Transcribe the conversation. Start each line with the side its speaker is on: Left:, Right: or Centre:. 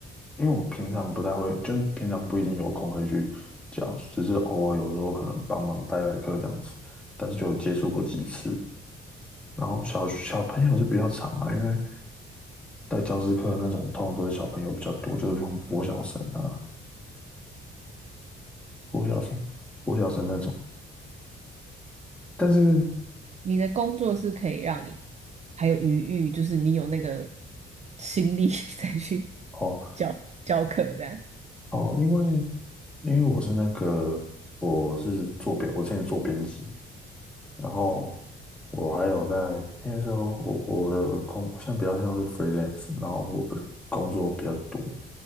Centre: 因为我平常不太会，就是平常不一定有空可以去教，只是偶尔有时候可能帮忙代代课这样子，但是就有接触过几次。然后小小朋友是比较长啊，因为在教师课的那种通常都是小朋友比较多，就是那种国小生啊、国小生、国小生那种。但是
Right: 你的工作是可以让你还有余裕，就是你有那个心力 <laughs> 再去
Centre: 哦，
Right: 教教课这样。
Centre: 哦，因为因为我是那个，我是做编，我之前做编辑，然后我还有在那时候我我的工现在比较像是 freelance，然后我不是工作比较多，